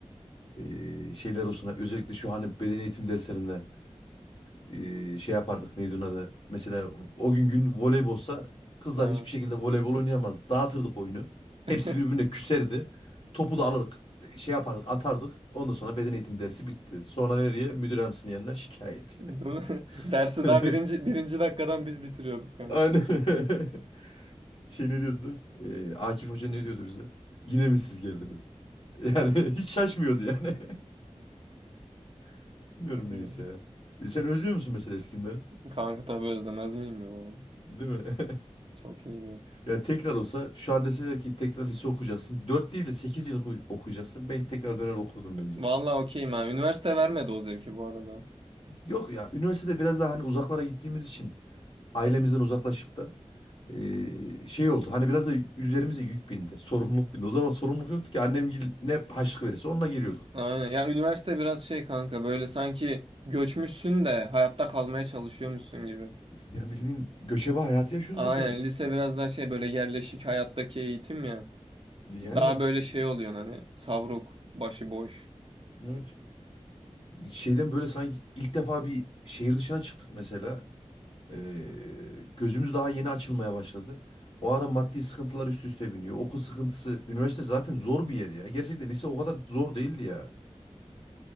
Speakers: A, on the left; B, on the right.
A: Ee, şeyler olsun. Özellikle şu hani beden eğitim derslerinde ee, şey yapardık neydi onun adı. Mesela o gün gün voleybolsa kızlar
B: Ha.
A: hiçbir şekilde voleybol oynayamaz. Dağıtırdık oyunu. Hepsi
B: <laughs>
A: birbirine küserdi. Topu da alırdık. Şey yapardık atardık. Ondan sonra beden eğitim dersi bitti. Sonra nereye? Müdür yardımcısının yanına şikayet.
B: Değil mi? Dersi
A: <laughs>
B: daha birinci, birinci dakikadan biz bitiriyorduk kanka.
A: Aynen. <laughs> Şey ne diyordu? Ee, Akif Hoca ne diyordu bize? Yine mi siz geldiniz? Yani <laughs> hiç şaşmıyordu yani. <laughs> Bilmiyorum
B: Ay,
A: neyse ya. E, Sen özlüyor musun mesela eski günleri?
B: Kanka tabii özlemez miyim ya?
A: Değil mi? <laughs>
B: Çok iyiydi.
A: Yani tekrar olsa şu an deseler ki tekrar lise okuyacaksın. 4 değil de 8 yıl oku- okuyacaksın. Ben tekrar döner okurdum bence.
B: Vallahi okeyim ha. Üniversite vermedi o zevki bu arada.
A: Yok ya üniversitede biraz daha hani uzaklara gittiğimiz için ailemizden uzaklaşıp da e, şey oldu. Hani biraz da üzerimize yük bindi. Sorumluluk bindi. O zaman sorumluluk yoktu ki annem gil- ne harçlık verirse onunla geliyorduk.
B: Aynen. Ya üniversite biraz şey kanka böyle sanki göçmüşsün de hayatta kalmaya çalışıyormuşsun gibi.
A: Ya bildiğin göçebe hayatı yaşıyorsun
B: Aynen
A: zaten.
B: lise biraz daha şey böyle yerleşik hayattaki eğitim ya.
A: Yani
B: Daha böyle şey oluyor hani savruk, başıboş.
A: evet. Şeyden böyle sanki ilk defa bir şehir dışına çıktık mesela. Ee, gözümüz daha yeni açılmaya başladı. O ara maddi sıkıntılar üst üste biniyor. Okul sıkıntısı. Üniversite zaten zor bir yer ya. Gerçekten lise o kadar zor değildi ya.